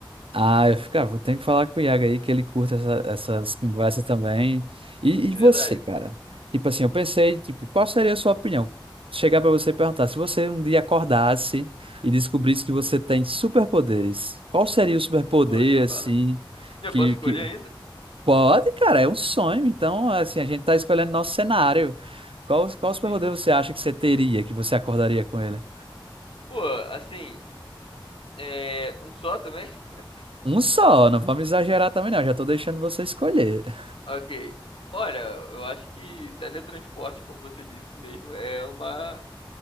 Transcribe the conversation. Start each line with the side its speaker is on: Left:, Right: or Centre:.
Right: Ah, eu ficava, tem que falar com o Iago aí que ele curta essa- essas conversas também. E,
Left: é
Right: e você,
Left: verdade.
Right: cara? Tipo assim, eu pensei, tipo, qual seria a sua opinião? Chegar pra você e perguntar, se você um dia acordasse e descobrisse que você tem superpoderes, qual seria o superpoder
Left: Pô, nem fala.
Right: assim
Left: Eu
Right: que,
Left: posso escolher
Right: que...
Left: ainda?
Right: Pode, cara, é um sonho. Então, assim, a gente tá escolhendo nosso cenário. Qual, qual
Left: Sim.
Right: superpoder você acha que você teria, que você acordaria com ele?
Left: Pô, assim, é... um só também? <laughs>
Right: Um só, não vamos exagerar também não, já tô deixando você escolher.
Left: Ok. Olha, eu acho que teletransporte, como você disse mesmo, é uma,